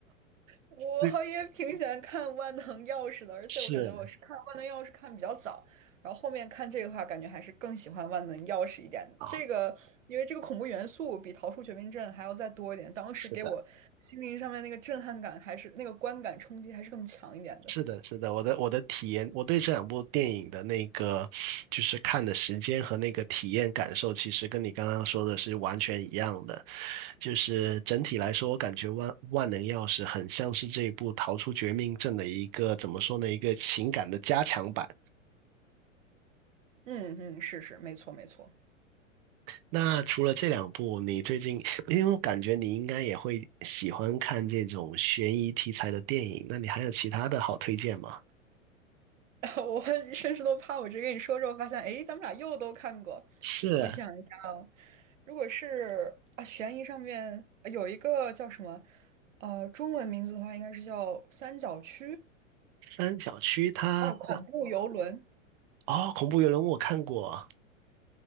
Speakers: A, on the right; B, on the right.
A: 我也挺喜欢看《万能钥匙》的，
B: <laughs>
A: 而且我感觉我是看《万能钥匙》看比较早，
B: 是
A: 然后后面看这个的话，感觉还是更喜欢《万能钥匙》一点。
B: 啊，
A: 这个因为这个恐怖元素比《逃出绝命镇》还要再多一点，当时给我心灵上面那个震撼感，
B: 是的，
A: 还是那个观感冲击还是更强一点的。
B: 是的，是的，我的我的体验，我对这两部电影的那个就是看的时间和那个体验感受，其实跟你刚刚说的是完全一样的。就是整体来说，我感觉万万能钥匙很像是这一部《逃出绝命镇》的一个怎么说呢，一个情感的加强版。
A: 嗯嗯，是是，没错没错。
B: 那除了这两部，你最近，因为我感觉你应该也会喜欢看这种悬疑题材的电影，那你还有其他的好推荐吗？
A: <laughs> 我甚至都怕我直接跟你说之后发现，诶，咱们俩又都看过。
B: 是，
A: 我想一下啊，如果是啊，悬疑上面呃有一个叫什么，呃，中文名字的话应该是叫《三角区》
B: 三角区它那
A: 哦，恐怖游轮。
B: 哦，恐怖游轮我看过，